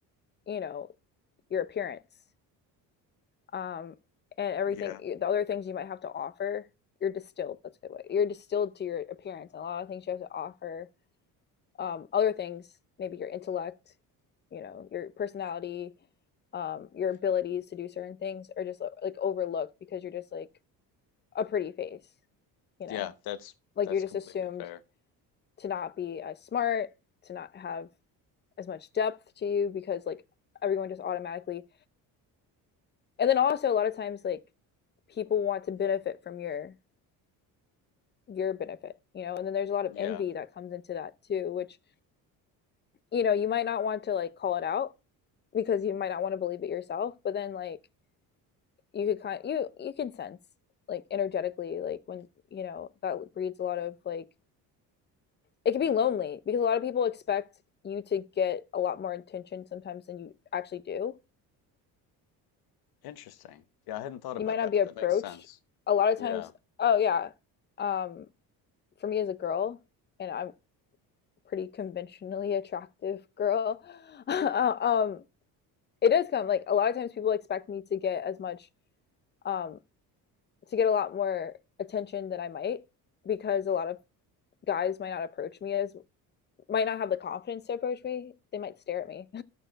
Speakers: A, on the left; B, on the left.
A: you know, your appearance um, and everything,
B: yeah,
A: the other things you might have to offer. You're distilled. That's a good way. You're distilled to your appearance and a lot of things you have to offer um, other things, maybe your intellect, you know, your personality, um, your abilities to do certain things are just like like, overlooked because you're just like a pretty face, you know,
B: yeah, that's
A: like
B: that's
A: you're just
B: completely
A: assumed
B: fair.
A: to not be as smart, to not have as much depth to you because like everyone just automatically. And then also a lot of times like people want to benefit from your your benefit, you know, and then there's a lot of
B: Yeah,
A: envy that comes into that too, which you know, you might not want to like call it out, because you might not want to believe it yourself but then like you could kind of, you you can sense like energetically like when you know that breeds a lot of like it can be lonely because a lot of people expect you to get a lot more attention sometimes than you actually do
B: interesting. Yeah, I hadn't thought about
A: you might not
B: that,
A: be
B: but
A: approached
B: that makes sense.
A: a lot of
B: Yeah,
A: times oh yeah um for me as a girl and i'm pretty conventionally attractive girl <laughs> um it does come like a lot of times people expect me to get as much um to get a lot more attention than I might because a lot of guys might not approach me as might not have the confidence to approach me. They might stare at me <laughs>